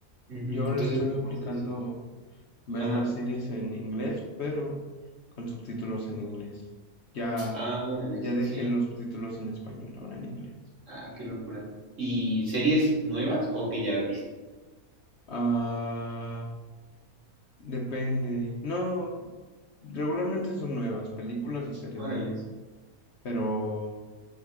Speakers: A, on the right; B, on the left.
A: Ujú,
B: Yo ahora
A: Entonces,
B: estoy
A: ¿cómo
B: aplicando
A: hacer eso?
B: ver
A: Ajá.
B: las series en inglés, pero con subtítulos en inglés. Ya,
A: Ah, órale,
B: ya dejé
A: sí.
B: los subtítulos en español, ahora en inglés.
A: Ah, qué locura. ¿Y series nuevas o que ya viste?
B: Ah, depende. No, regularmente son nuevas, películas y series
A: Órale.
B: nuevas. Pero